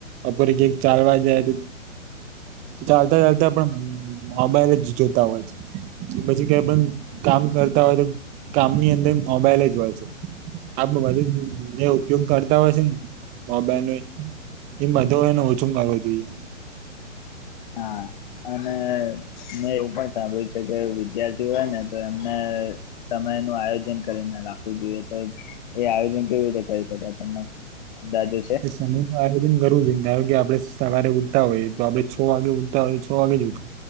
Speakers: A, on the right; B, on the left.
A: બપોરે કક ચાલવા, જાય તો ચાલતા ચાલતા પણ મોબાઈલ જ જોતા હોય છે, કે પછી કઈ પણ કામ કરતા હોય તો કામ ની અંદર મોબાઈલ જ હોય છે. આપ બધુ ઉપયોગ કરતા હોય, છેને. મોબાઈલ ન એમ બધો એને ઓછુ, કરવા જોઈએ.
B: હા. અને મે એવુ પણ સાંભળ્યું છે, કે વિદ્યાર્થી હોય, ને તો એમને સમય આયોજન કરીને રાખવુ, જોઈએ. તો એ આયોજન કેવી રીતે કરી શકાય તમને? અંદાજો છે
A: એ સમય આયોજન કરવુ છે. કે આપડે સવારે ઉઠતા હોયએ તો આપડે છ. વાગે ઉઠતા, હોય. તો છ વાગે જ ઉઠ